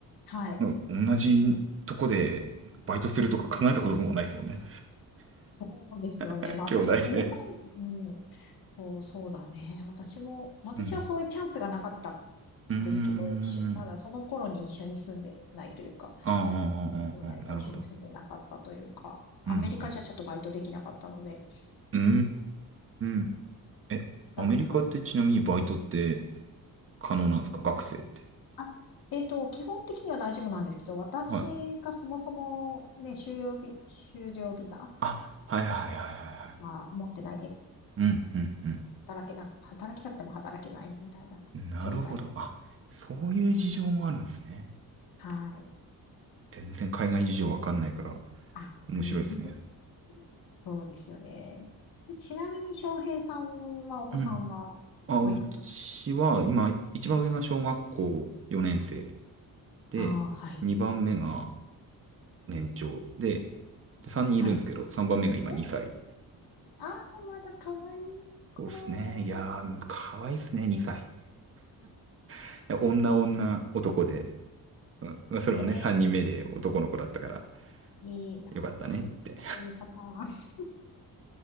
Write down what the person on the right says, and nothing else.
うん同じとこでバイトするとか考えたこともないですもんね。
<laughs>
兄弟で。
うん。うん。
ああ、ああ、
あーあー、なるほど。
うん、うん。うーん。え、
アメリカってちなみにバイトって可能なんですか学生って。
はい。
あ、はいはいはいはいはい。
うんうん
うん。なるほど。あ、そういう事情もあるんですね。
全然海外事情わかんないから
面白いですね。
うん。あ、うちは今、一番上が小学校4年生で、
2番目が年長で、で、3人いるんですけど、
3番目が今2歳。
そうですね。
いやー、かわいいっすね、2歳。<laughs> 女女男で、うんまあそれもね、
3人目で男の子だったから、
よかったねって